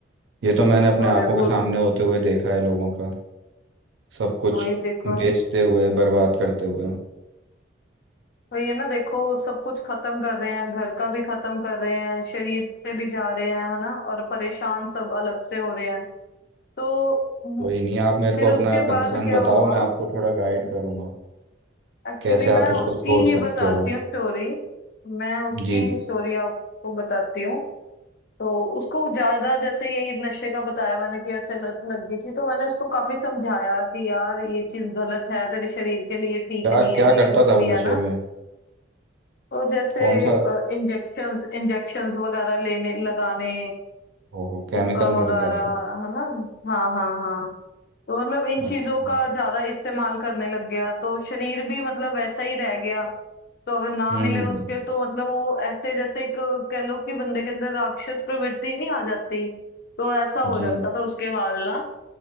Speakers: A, on the right; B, on the left.
A: ये तो मैंने अपने
B: और
A: आंखों
B: और
A: के सामने होते हुए देखा है लोगों का सब कुछ
B: वही देखो
A: बेचते
B: न-
A: हुए बर्बाद करते हुए
B: वही है ना देखो सब कुछ खत्म कर रहे हैं घर का भी खत्म कर रहे हैं शरीर से भी जा रहे हैं है ना और परेशान सब अलग से हो रहे हैं तो मु-
A: कोई नहीं आप मेरे
B: फिर
A: को अपना
B: उसके
A: कंसर्न
B: बाद क्या
A: बताओ
B: हुआ
A: मैं आपको थोड़ा गाइड करूंगा
B: एक्चुअली
A: कैसे
B: मैं
A: आप उसको
B: उसकी
A: छोड़ सकते
B: ही बताती
A: हो
B: हूँ स्टोरी मैं उसकी
A: जी
B: ही
A: जी
B: स्टोरी आपको बताती हूँ तो उसको ज्यादा जैसे यही नशे का बताया मैंने कि ऐसे लत लग गई थी तो मैंने उसको काफी समझाया कि यार ये चीज गलत है तेरे शरीर के लिए ठीक
A: क्या
B: नहीं
A: क्या
B: है या
A: करता
B: कुछ
A: था
B: भी
A: वो
B: है
A: नशे
B: ना
A: में
B: तो जैसे
A: कौन सा
B: इंजेक्शंस इंजेक्शंस वगैरह लेने लगाने
A: ओहो केमिकल
B: हुक्का
A: मेरे
B: वगैरह
A: ख्याल से
B: है ना हाँ हाँ हाँ तो मतलब इन
A: अच्छा
B: चीजों का ज्यादा इस्तेमाल करने लग गया तो शरीर भी मतलब वैसा ही रह गया तो अगर ना
A: हम्म
B: मिले
A: हम्म
B: उसके
A: हम्म, हम्म,
B: तो मतलब वो ऐसे जैसे एक कह लो कि बंदे के अंदर राक्षस प्रवृत्ति नहीं आ जाती तो ऐसा हो
A: जी
B: जाता था उसके हाल ना